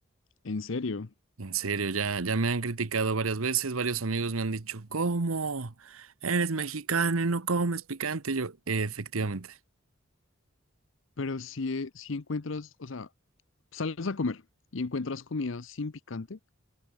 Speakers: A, on the left; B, on the right.
A: En serio.
B: En serio, ya, ya me han criticado varias veces, varios amigos me han dicho, ¿cómo? Eres mexicano y no comes picante. Yo, efectivamente.
A: Pero si, eh, si encuentras, o sea, sales a comer y encuentras comida sin picante,